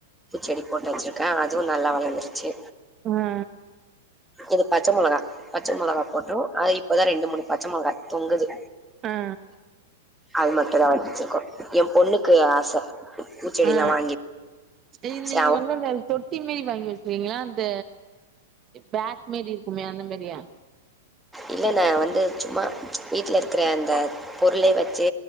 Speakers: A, in the centre; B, on the right (about 30°).
A: து செடி போட்டு வச்சுருக்கே அதுவு நல்லா வளந்துருச்சு
B: ஆ ஆ
A: இது பச்ச மொளகா பச்ச மொளகா போட்டோ அது இப்பதா ரெண்டு மூணு பச்ச மொளகா தொங்குது
B: ஆ
A: அது மட்டு தா வச்சுருக்கோ எ பொண்ணுக்கு ஆச பூச்செடிலா
B: ஆ
A: வாங்கி
B: இது
A: ச
B: நீங்க
A: அவ
B: வந்தந்த தொட் டி மாரி வாங்கி வச்சுறீங்ளா அந்த பேக் மாரி இருக்குமே அந்த மாரியா
A: இல்லல வந்து சும்மா வீட்ல இருக்குற அந்த பொருளே வச்சு